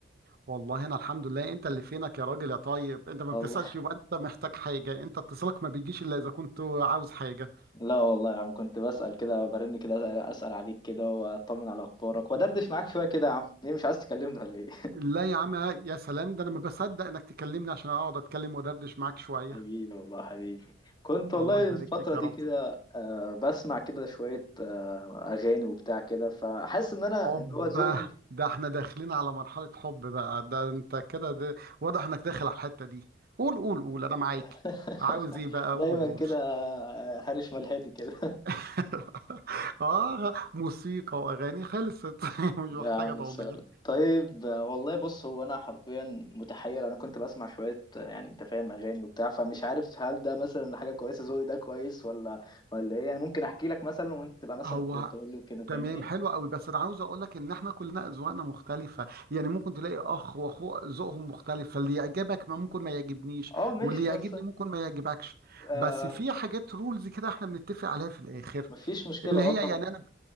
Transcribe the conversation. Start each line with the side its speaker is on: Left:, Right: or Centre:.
Right: والله انا الحمد لله انت اللي فينك يا راجل يا طيب انت ما
Left: والله
Right: بتسألش يبقى انت محتاج حاجة انت اتصالك ما بيجيش الا اذا كنت عاوز حاجة
Left: لا والله يا عم كنت بسأل كده برن كده أسأل, أسأل عليك كده واطمن على اخبارك وادردش معاك شوية كده يا عم ليه مش عايز تكلمني ولا ايه؟
Right: لا يا عم يا سلام ده انا ما بصدق انك تكلمني عشان اقعد اتكلم ودردش معاك
Left: <laughs>
Right: شوية
Left: حبيبي والله حبيبي كنت والله
Right: الله يبارك
Left: الفترة
Right: فيك يا
Left: دي
Right: رب
Left: كده آه بسمع كده شوية آه أغاني وبتاع كده فحاسس إن أنا
Right: اوبا
Left: اللي هو ذوقي مش
Right: ده احنا داخلين على مرحلة حب بقى ده انت كده ده واضح انك داخل على الحتة دي قول قول قول انا معاك
Left: <laughs>
Right: عاوز ايه بقى
Left: دايما
Right: قول قول
Left: كده آه، هرش ملحتي كده
Right: <laughs> اه موسيقى واغاني خلصت <laughs> مش
Left: يا
Right: محتاجة
Left: عم
Right: توضيح
Left: سهل طيب آه، والله بص هو انا حرفيا متحير انا كنت بسمع شويه آه، يعني انت فاهم اغاني وبتاع فمش عارف هل ده مثلا حاجه كويسه ذوقي ده كويس ولا ولا ايه يعني ممكن احكي لك مثلا وانت تبقى مثلا
Right: هو
Left: ت- تقول لي وكده فاهمني
Right: تمام حلو قوي بس انا عاوز اقول لك ان احنا كلنا اذواقنا مختلفه يعني ممكن تلاقي اخ واخوه ذوقهم مختلف فاللي يعجبك ما ممكن ما يعجبنيش
Left: اه ماشي
Right: واللي يعجبني
Left: بس
Right: ممكن ما يعجبكش
Left: آه
Right: بس في حاجات رولز كده احنا بنتفق عليها في الاخر
Left: مفيش مشكله
Right: اللي
Left: اه
Right: هي
Left: طبعا
Right: يعني انا